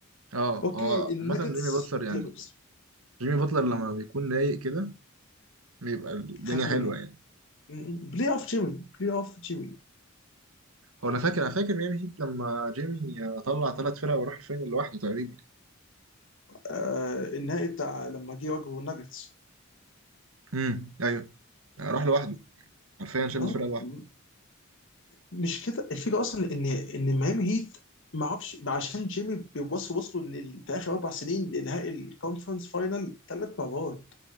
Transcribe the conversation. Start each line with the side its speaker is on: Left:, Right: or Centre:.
Right: اه
Left: اوكي
Right: اه
Left: النكتس
Right: عامة جيمي باتلر يعني
Left: كليبرز
Right: جيمي باتلر لما بيكون رايق كده بيبقى الدنيا
Left: تخاف
Right: حلوة
Left: منها
Right: يعني
Left: م- بلاي اوف جيمي بلاي اوف جيمي
Right: هو انا فاكر انا فاكر ميامي هيت لما جيمي طلع ثلاث فرق وراح الفاينل لوحده تقريبا
Left: آه النهائي بتاع لما جه واجهه الناجتس
Right: امم ايوه راح لوحده حرفيا شالت
Left: اه
Right: فرقه لوحدها
Left: م- مش كده الفكره اصلا ان ان ميامي هيت ما اعرفش عشان جيمي بيوصل وصلوا ان ال- في اخر اربع سنين لنهائي الكونفرنس فاينل ثلاث مرات